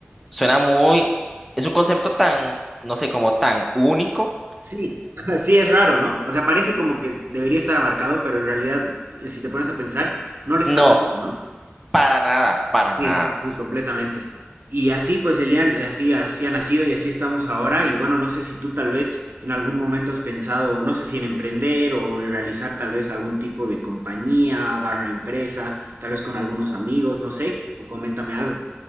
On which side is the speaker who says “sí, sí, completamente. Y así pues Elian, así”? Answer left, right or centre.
Right